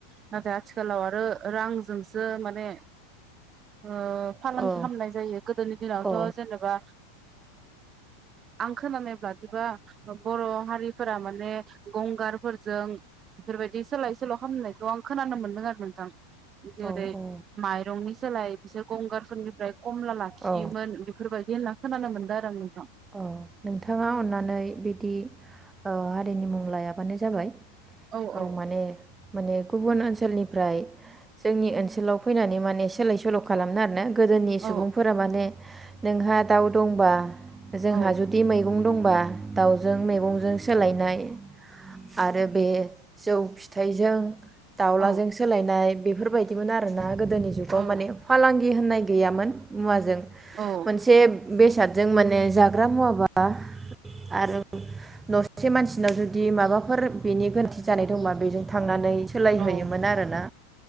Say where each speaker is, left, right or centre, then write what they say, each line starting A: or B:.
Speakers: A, on the right; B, on the right.
A: नाथाय आथिखालाव आरो रां जोंसो माने ओ फालांगि
B: औ
A: खालामनाय जायो गोदोनि दिनावथ'
B: औ
A: जेनेबा आं खोनानाय ब्लादिबा बर' हारिफोरा माने गंगारफोरजों बेफोरबायदि सोलाय सल' खालामनायखौ आं खोनानो मोन्दों आरो नोंथां। जेरै
B: औ औ
A: माइरंनि सोलाय बिसोर गंगारफोरनिफ्राय खमला लाखियोमोन
B: औ
A: बेफोर बायदि होन खोनानो मोनबाया आरो आं नोंथां।
B: औ नोंथाङा अन्नानै बिदि ओ हारिनि मुं लायाबानो जाबाय।
A: आरो
B: औ
A: आं नोंथां
B: माने माने गुबुन ओनसोलनिफ्राय जोंनि ओनसोलाव फैनानै माने सोलाय सोल' खालामनो आरोना। गोदोनि
A: औ
B: सुबुंफोरा माने नोंहा दाव दंबा जोंहा
A: औ
B: जुदि मैगं दंबा दाउजों मैगंजों सोलायनो नाय आरो बे जौ फिथाइजों दाउलाजों
A: औ
B: सोलायनाय बेफोर बायदिमोन आरो ना गोदोनि जुगाव
A: औ
B: माने फालांगि होननाय गैयामोन मुवाजों
A: औ
B: मोनसे बेसाद जों <unintelligible> <unintelligible> जाग्रा मुवाबा आरो नसे मानसिनाव जुदि माबाफोर बेनि गोरोन्थि जानाय दंबा बेजों थांनानै सोलायहैयोमोन
A: औ
B: आरोना।